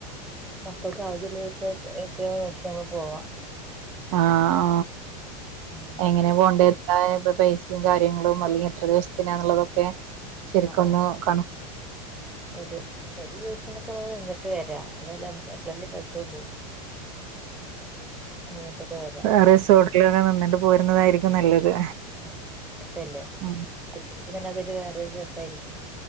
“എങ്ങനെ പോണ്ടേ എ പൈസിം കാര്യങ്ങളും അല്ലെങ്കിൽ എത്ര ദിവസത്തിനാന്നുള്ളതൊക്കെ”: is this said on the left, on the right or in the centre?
Right